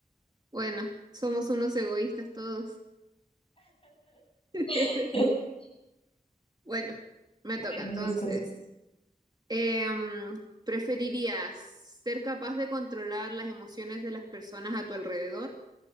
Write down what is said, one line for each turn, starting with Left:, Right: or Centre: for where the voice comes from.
Right: bueno, somos unos egoístas todos. <laughs>
Left: <laughs>
Right: Bueno, me
Left: Bueno,
Right: toca entonces.
Left: listo. sí.
Right: Em, ¿preferirías ser capaz de controlar las emociones de las personas a tu alrededor